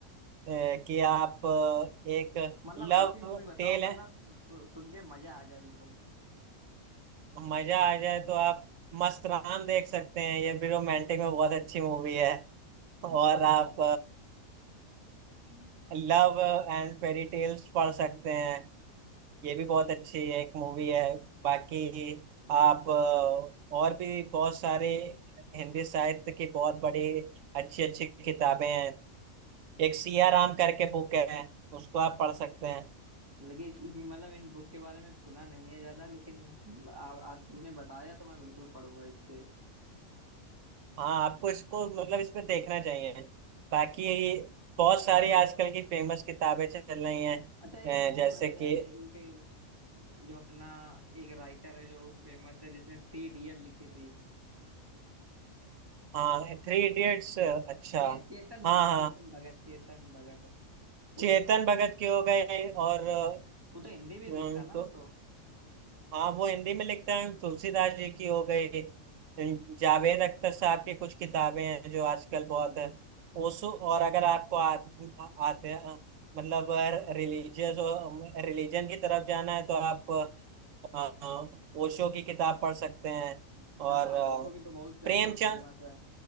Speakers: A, on the right; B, on the right.
A: ए, कि आप अ, एक
B: मतलब
A: लव
B: ऐसी मूवी बताओ
A: टेल
B: मतलब
A: है
B: सु, सु, सुन के मजा आ जाए बिल्कुल
A: मजा आ जाए तो आप मस्त राम देख सकते हैं ये भी रोमांटिक में बहुत अच्छी मूवी है
B: अच्छा
A: और आप
B: हम्म।
A: लव एंड फेरी टेल्स पढ़ सकते हैं ये भी बहुत अच्छी एक मूवी है बाकी आप अ, और भी बहुत सारे हिंदी साहित्य की बहुत बड़ी अच्छी अच्छी किताबें हैं एक सिया राम करके बुक है उसको आप पढ़ सकते हैं
B: लेकिन इस- मतलब इन बुक के बारे में सुना नहीं है ज्यादा लेकिन आ, आ, तुमने बताया तो मैं बिल्कुल पढ़ूंगा इसके
A: हाँ आपको इसको मतलब इसमें देखना चाहिए बाकी बहुत सारी आजकल की फेमस किताबें चल रही हैं
B: अच्छा एक वो
A: अ, जैसे
B: है
A: कि
B: यार एक एक जो अपना एक राइटर है जो फेमस है जिसने थ्री इडियट लिखी थी
A: हाँ थ्री इडियट्स अच्छा
B: चे, चेतन भगत
A: हाँ हाँ
B: चेतन भगत चेतन भगत वो
A: चेतन भगत की हो गई और अ,
B: वो तो हिंदी में
A: तो
B: दिखता ना वो तो
A: हाँ वो हिंदी में लिखते हैं तुलसीदास जी की हो गई जावेद अख्तर साहब की कुछ किताबें हैं जो आजकल बहुत
B: हाँ
A: है उस और अगर आपको आदमी आते मतलब रिलीजियस रिलीजन की तरफ जाना है तो आप अ, ओशो की किताब पढ़ सकते हैं और
B: हाँ
A: अ,
B: उसो की तो बहुत ज्यादा
A: प्रेमचंद
B: फेमस है